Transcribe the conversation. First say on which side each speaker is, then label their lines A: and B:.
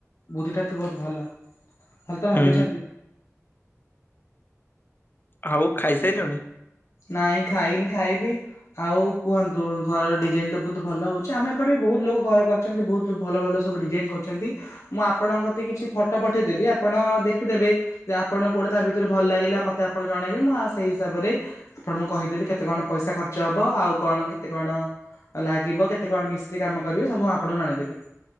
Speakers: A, on the left (about 60°); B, on the left (about 40°).
A: ବୁଦ୍ଧିଟା ତ ବହୁତ ଭଲ, ଭଲ ତ
B: ହୁଁ
A: ଭାବିଛନ୍ତି।
B: ଆଉ ଖାଇସାଇଲଣି?
A: ନାଇଁ ଖାଇନି ଖାଇବି। ଆଉ କୁହନ୍ତୁ ଘର ଡିଜାଇନ ତ ବହୁତ ଭଲ ହଉଛି ଆମେ ଏପଟେ ବି ବହୁତ ଲୋକ ଘର କର କରିଛନ୍ତି ବହୁତ ଭଲ ଭଲ ସବୁ ଡିଜାଇନ କରୁଛନ୍ତି। ମୁଁ ଆପଣଙ୍କ କତି କିଛି ଫଟୋ ପଠେଇଦେବି ଆପଣ ଦେଖିଦେବେ। ଯେ ଆପଣଙ୍କୁ କୋଉଟା ତା ଭିତରୁ ଭଲ ଲାଗିଲା ମତେ ଆପଣ ଜଣେଇବେ ମୁଁ ଆ ସେଇ ହିସାବରେ ଆପଣଙ୍କୁ କହିଦେବି କେତେ କଣ ପଇସା ଖର୍ଚ୍ଚ ହବ ଆଉ କଣ କେତେ କଣ ଲାଗିବ କେତେ କଣ ମିସ୍ତ୍ରୀ କାମ କରିବେ ସବୁ ଆପଣଙ୍କୁ ଜଣେଇଦେବି।